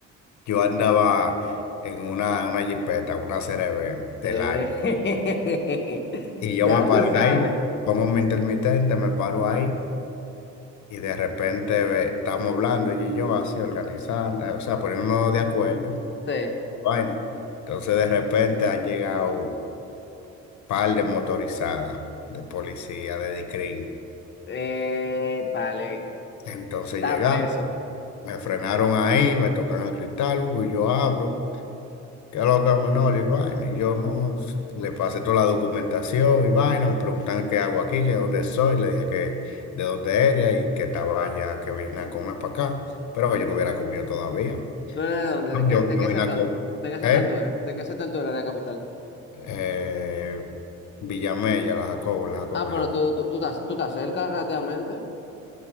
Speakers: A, on the left; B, on the left.
A: yo andaba en una, una jipeta, una CRV del
B: Eh,
A: año,
B: <laughs>
A: y yo
B: ya
A: me paré
B: tú sabes.
A: ahí, pongo mi intermitente, me paro ahí, y de repente ve, estamos hablando, ella y yo así organizando, eh, o sea, poniéndonos de acuerdo,
B: Sí.
A: vaina. Entonces, de repente han llegado un par de motorizadas, de policía, de dicrim,
B: Eh, vale,
A: Entonces
B: está
A: llegaron.
B: preso.
A: Me frenaron ahí, me tocan el cristal, y yo abro. ¿Qué es lo que es Manolo? Y vaina. Y yo no, s- le pasé toda la documentación y vaina. Me preguntan qué hago aquí, que dónde soy. Le dije que de dónde era y que estaba allá, que vine a comer para acá. Pero yo no hubiera comido todavía.
B: ¿Tú eres de dónde? ¿De qué,
A: Yo,
B: de
A: yo
B: qué
A: vine
B: sector?
A: a comer.
B: ¿De qué sector
A: ¿Eh?
B: tú eres? ¿De qué sector tú eres de la capital?
A: Eh, Villamella, la Jacobo, la Jacobo,
B: Ah, pero
A: yo.
B: tú, tú, tú estás, tú estás cerca relativamente.